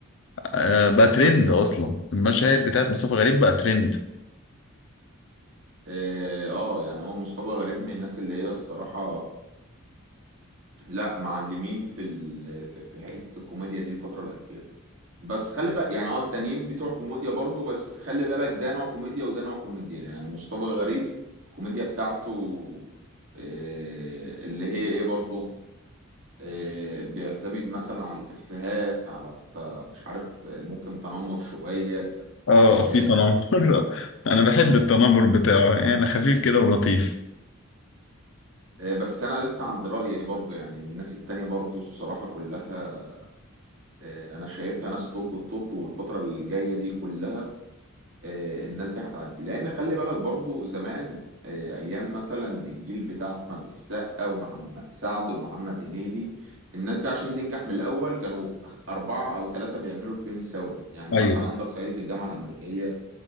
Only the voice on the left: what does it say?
آه، بقى ترند اصلا المشاهد بتاعت مصطفى غريب بقى ترند
اه
في تنمر <laughs> انا بحب التنمر بتاعه
يعني خفيف كده ولطيف
ايوه